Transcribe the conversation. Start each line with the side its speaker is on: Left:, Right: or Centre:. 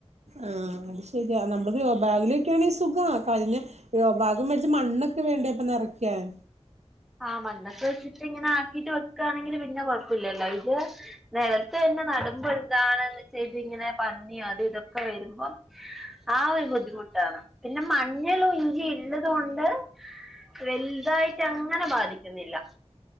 Right: ആഹ് അത് ശരിയാ നമ്മുക്ക് ഗ്രോ ബാഗിലൊക്കെയാണെ സുഖാ കഴിഞ് ഗ്രോ ഭാ ഗു വെച്ച് മണ്ണൊക്കെ വേണ്ടയിപ്പം നിറയ്ക്കാൻ
Centre: ആഹ് മണ്ണക്കെ വെച്ചിട്ട് ഇങ്ങനെ ആക്കീട്ട് വെക്കയാണെങ്കി പിന്നെ കൊഴപ്പല്ലല്ലോ ഇത് നലത്ത് തന്നെ നടുമ്പോ എന്താണ് ന്ന് ഇത് ഇങ്ങനെ പന്നിയോ അത് ഇതൊക്കെ വരുമ്പോ ആ ഒരു ബുദ്ധിമു ട്ടാണ് പിന്നെ മഞ്ഞൾ ഇഞ്ചി ഇള്ളത് കൊണ്ട് വലുതായിട്ട് അങ്ങ് അങ്ങനെ ബാധിക്കുന്നില്ല